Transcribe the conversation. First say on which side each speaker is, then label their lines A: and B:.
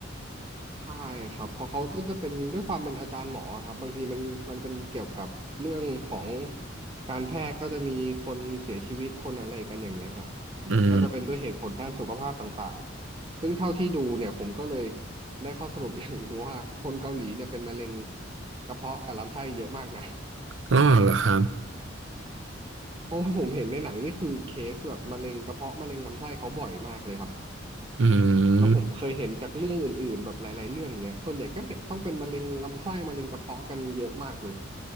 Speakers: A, on the right; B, on the right.
A: ใช่ครับเพราะเขาก็จะเป็นด้วยความเป็นอาจารย์หมออะครับบางทีมันมันเป็นเกี่ยวกับเรื่องของการแพทย์ก็จะมีคนเสียชีวิตคนอะไรกันอย่างเงี้ยฮะ
B: อืม
A: แต่ก็จะเป็นด้วยเหตุผลด้านสุขภาพต่างๆซึ่งเท่าที่ดูเนี่ยผมก็เลยได้ข้อสรุปอย่างหนึ่งว่าคนเกาหลีเนี่ยเป็นมะเร็งกระเพาะกับลำไส้เยอะมากนะ
B: อ๋อเหรอครับ
A: เพราะว่าผมเห็นในหนังนี่คือเคสแบบมะเร็งกระเพาะมะเร็งลำไส้เขาบ่อยมากเลยครับ
B: อืม
A: แล้วผมเคยเห็นจากเรื่องอื่นๆแบบหลายๆเรื่องเนี้ยส่วนใหญ่ก็เนี่ยต้องเป็นมะเร็งลำไส้มะเร็งกระเพาะกันเยอะมากเลย